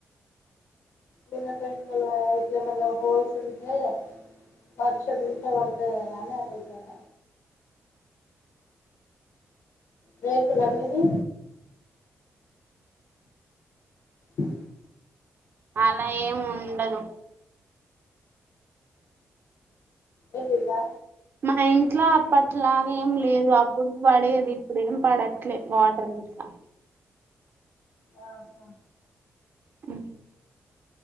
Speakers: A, on the left (about 80°); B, on the right (about 45°).
A: గూన పెంకలు అవి ఇట్ల ఏమన్నా హోల్స్ ఉంటే వర్షం ఇంట్ల పడతది కదా అని అడుగుతాన. రేకుల మీది <inaudible>
B: అలా ఏం ఉండదు
A: ఏంటింది రా
B: ఆ ఇంట్ల అప్పట్లాగ ఏం లేదు అప్పుడు పడేది ఇప్పుడు ఏం పడట్లేదు వాటర్ గిట్లా
A: ఆహ
B: ఉ